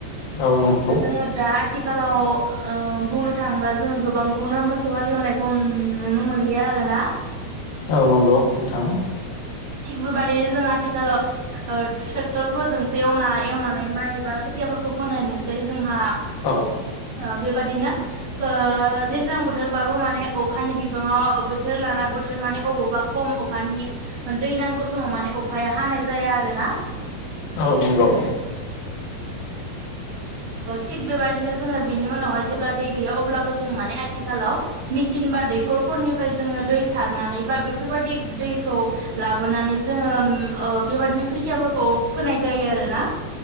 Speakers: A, on the left; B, on the right.
A: औ नंगौ
B: जोङो दा आथिखाल आव ओ बुंनो थाङोब्ला जोङो गोबांखौनो मोसौ हाललिएवनायखौ नुनो मोनलिया आरो ना <unintelligible>
A: औ नंगौ नोंथां
B: थिग बेबादिनो जों आथिखालाव ट्रेक्टरफोरजोंसो एवना एवनानै माइ एबा खुथियाफोरखौ फोननाय नुसै जोंहा
A: औ
B: ओ बेबादिनो ओ दैज्लां बोथोरबाबो माने अखानि बिबाङाव बोथोर लाना बोथोर माने अबावबा ख म अखानि दै नांगौ समाव माने अखाया हानाय जाया आरो ना
A: औ नंगौ
B: थिग बेबादिनो जोङो बिनि उनावहाय जेब्ला दै गैया अब्लाबो जों माने आथिखालाव मिसिन बा दैखरफोरनिफ्राय जोङो दै सारनानै बा बेफोरबायदि दैखौ लाबोनानै जोङो ओ बेबादिनो खोथियाफोरखौ फोनाय जायो आरोना